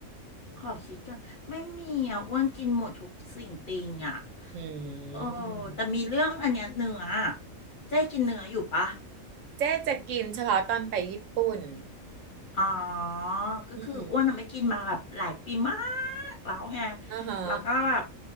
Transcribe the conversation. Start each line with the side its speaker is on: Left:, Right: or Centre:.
Left: ขอคิดก่อนไม่มีอะอ้วนกินหมดทุกสิ่งติงอะ
Right: อื
Left: โอ้
Right: ม
Left: แต่มีเรื่องอันเนี้ยเนื้ออะเจ๊กินเนื้ออยู่ปะ
Right: เจ๊จะกินเฉพาะตอนไปญี่ปุ่น
Left: อ๋อ ก็คืออ้วนน่ะไม่กินมาแบบหลายปีมา
Right: อืม
Left: กแล้วไง
Right: อ่าฮะ
Left: แล้วก็แบบ